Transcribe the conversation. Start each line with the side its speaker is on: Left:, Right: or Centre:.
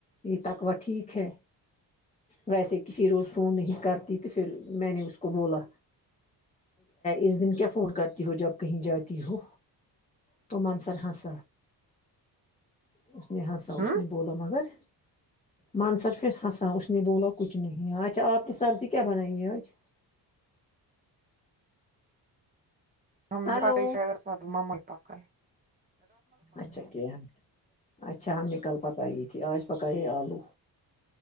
Left: یہ تکو ٹھیک ہے ویسے کسی روز فون نہیں کرتی تو پھر میں نے اس کو بولا اس دن کیا فون کرتی ہو جب کہیں جاتی ہو تو مانسر ہس اس نے ہسا
Right: ہ
Left: اس نے بولا مگر مانسر پھر ہنسا اس نے بولا کچھ نہیں اچھا آپ کی سبزی کیا بنائی ہے آج
Right: ہاں مجے
Left: ہلو
Right: پقای شاید ر اسم ممل پکا ہے
Left: اچھا کیا اچھا ہم نے کل پکائی تھی آج پکائی آلو